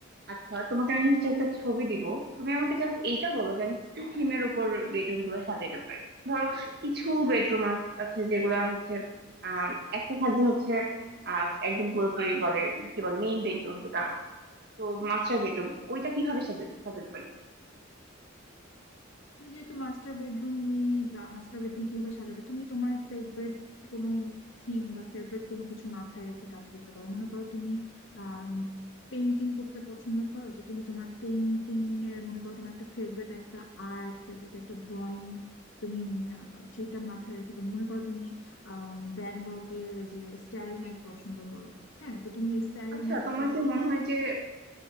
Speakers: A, on the right; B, on the left.
A: আচ্ছা তোমাকে আমি হচ্ছে একটা ছবি দিব তুমি আমাকে জাস্ট এইটা বলো যে আমি কি থিমের উপর বেডরুম গুলো সাজাতে পারি ধরো কিছু বেডরুম আছে যেগুলা হচ্ছে আহ একটা থাকবে হচ্ছে আহ একদম পুরোপুরি বলে কি বলে মেইন বেডরুম যেটা তো মাস্টার বেডরুম ওইটা কিভাবে সাজাতে সাজাতে পারি
B: তুমি যেহেতু মাস্টার বেডরুম নিয়ে মাস্টার বেডরুম কিভাবে সাজাবে তুমি তোমার ফেভারিট কোনো থিম বা ফেভারিট কোনো কিছু মাথায় রেখে কাজ করতে পারো মনে করো তুমি আহ পেইন্টিং করতে পছন্দ করো তো তুমি তোমার পেইন্টিং এর মনে করো তোমার একটা ফেভারিট একটা আর্ট ফেভারিট একটা ড্রয়িং তুমি আহ, সেইটা মাথায় রেখে তুমি মনে করো তুমি আহ ভ্যান গগের যে স্টারি নাইট পছন্দ করো হ্যাঁ তো তুমি স্টারি
A: আচ্ছা
B: নাইটটা
A: তোমার কি মনে হয় যে